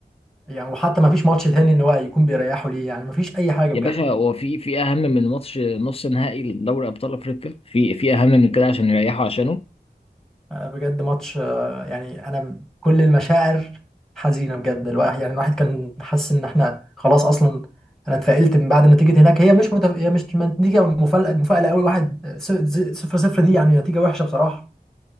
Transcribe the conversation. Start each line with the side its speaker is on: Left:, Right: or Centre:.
Centre: يعني وحتى ما فيش ماتش تاني ان هو يكون بيريحه ليه يعني ما فيش اي حاجه
Left: يا
Centre: بجد
Left: باشا هو في في اهم من ماتش نص نهائي لدوري ابطال افريقيا في في اهم من كده عشان يريحوا عشانه
Centre: آه، بجد ماتش آه، يعني انا كل المشاعر حزينه بجد الواحد يعني الواحد كان حاسس ان احنا خلاص اصلا انا اتفائلت من بعد نتيجه هناك هي مش متف... هي مش نتيجه مفاجاه مفاجاه قوي واحد س- ز- صفر صفر دي يعني نتيجه وحشه بصراحه